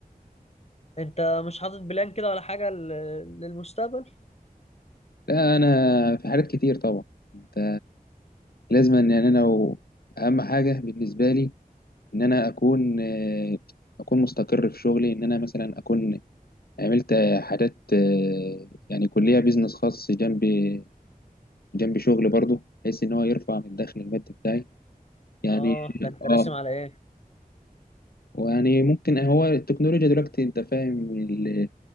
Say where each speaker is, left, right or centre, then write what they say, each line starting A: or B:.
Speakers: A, on the left (about 45°); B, on the left (about 85°).
A: انت مش حاطط بلان كده ولا حاجه لل- للمستقبل
B: لا انا في حاجات كتير طبعا انت لازم ان يعني انا و... اهم حاجة بالنسبة لي ان انا اكون آه، اكون مستقر في شغلي ان انا مثلا اكون عملت حاجات آه، يعني كلية بيزنس خاص جنبي جنب شغل برضه بحيث ان هو يرفع من الدخل المادي بتاعي يعني
A: اه ده انت
B: اه
A: راسم على ايه
B: ويعني ممكن هو التكنولوجيا دلوقتي انت فاهم ال-